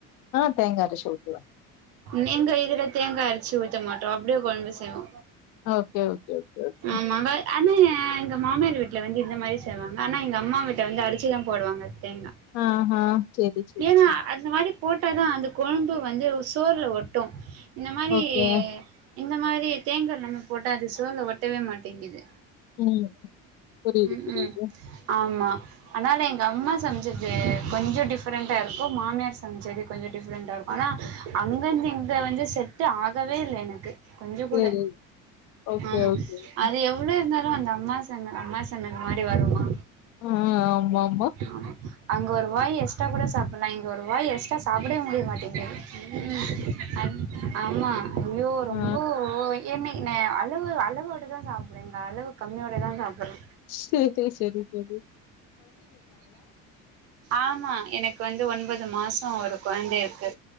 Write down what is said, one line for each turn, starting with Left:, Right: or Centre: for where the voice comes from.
Left: ஆ தேங்கா அரச்சு ஊத்துவே
Right: நீங்க இதுல தேங்கா அரச்சு ஊத்த மாட்டோ அப்டியே கொழம்பு செய்வோ
Left: ஓகே ஓகே ஓகே ஓகே
Right: ஆமா வெ ஆனா எங்க மாமியார் வீட்டுல வந்து இந்த மாரி செய்வாங்க ஆனா எங்க அம்மா வீட்டுல வந்து அரச்சுதா போடுவாங்க தேங்கா
Left: ஆஹா செரி செரி
Right: ஏன்னா
Left: செரி
Right: அந்த மாரி போட்டாதா அந்த கொழம்பு வந்து சோறுல ஒட்டு இந்த மாரி
Left: ஓகே
Right: இந்த மாரி தேங்கா இல்லாம போட்டா அது சோறுல ஒட்டவே மாட்டேங்குது
Left: ம் புரியுது
Right: ம்
Left: புரியுது
Right: ம் ஆமா அதனால எங்க அம்மா செமச்சது கொஞ்சொ டிஃப்ரெண்டா இருக்கு மாமியார் சமைச்சது கொஞ்சொ டிஃப்ரெண்டா இருக்கு ஆனா அங்கேருந்து இங்கே வந்து செட்டு ஆகவே இல்ல எனக்கு கொஞ்சொ
Left: சேரி
Right: கூட
Left: ஓகே
Right: ஆமா
Left: ஓகே
Right: அது எவ்ளோ இருந்தாலு அந்த அம்மா சமையல் அம்மா சமையல் மாரி வருமா
Left: ம் ஆமா
Right: ஆமா அங்க ஒரு வாய் எக்ஸ்டா கூட சாப்படலா இங்க ஒரு வாய் எக்ஸ் டா சாப்டவே முடிய மாட்டேங்து ம் அன் ஆமா ஐயோ
Left: ஆ
Right: ரொம்போ என்னைக் நா அளவு அளவோடதா சாப்புடுறங்க அளவு கம்மியோடதா சாப்டுறே
Left: செதி செரி தோழி
Right: ஆமா எனக்கு வந்து ஒன்பது மாசோ ஒரு கொழந்த இருக்கு